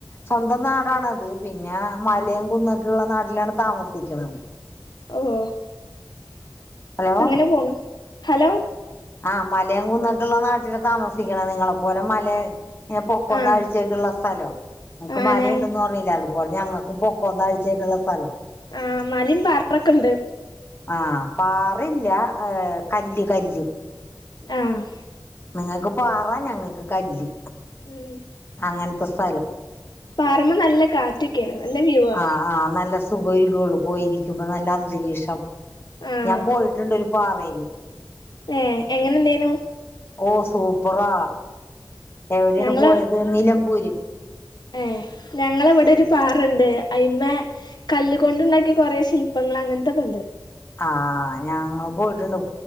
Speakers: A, on the left; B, on the left.
A: സ്വന്തം നാടാണത് പിന്നെ മലയം കുന്നൊക്കെള്ള നാട്ടിലാണ് താമസിക്കുന്നത്
B: ഒഹ് ഓഹ്
A: ഹലോ
B: അങ്ങനെ പോണു ഹലോ
A: ആഹ് മലയും കുന്നട്ടുള്ള നാട്ടില് താമസിക്കണ നിങ്ങളെപ്പോലെ മലേ ഇന്നെ പൊക്കൊന്താഴ്ചൊക്കുള്ള
B: ആഹ്
A: സ്ഥലോ നിങ്ങക്ക്
B: ആഹ്
A: മലയുണ്ടന്ന്
B: ഞ
A: പറഞ്ഞില്ല അത് പോലെ ഞങ്ങൾക്ക് പൊക്കൊന്താഴ്ചക്കുള്ള സ്ഥലാ
B: ആഹ് മലിം <unintelligible> <inaudible> ഉണ്ട്
A: ആഹ് പാറില്ല ഏഹ് കല്ല് കല്ല്
B: ആഹ്
A: നിങ്ങക്ക് പാറ ഞങ്ങക്ക് കല്ല്
B: ഉം
A: അങ്ങൻത്തെ സ്ഥലോ
B: പറമേ നല്ല കാറ്റൊക്കെയാണ് നല്ല വ്യൂവാ
A: ആഹ് ആഹ് നല്ല സുഖ ഒയ്കോള്ളു പോയിരിക്കുമ്പൊ നല്ല അന്തരീക്ഷം
B: ആഹ്
A: ഞാൻ പോയിട്ടുണ്ട് ഒരു പാറയില്
B: വേ എങ്ങനെണ്ടേനു
A: ഓഹ് സൂപ്പറാ എവിടെയാണ്
B: ഞങ്ങള്
A: പോയത് നിലമ്പൂരി
B: ഏഹ് ഞങ്ങളിവിടെ ഒരു പാറ്ണ്ട് അയ്മേ കല്ലു കൊണ്ട് ഉണ്ടാക്കിയ കൊറെ ശില്പങ്ങൾ അങ്ങനത്തെക്കെണ്ട്
A: ആഹ് ഞങ്ങള് പോയിട്ടൊണ്ട്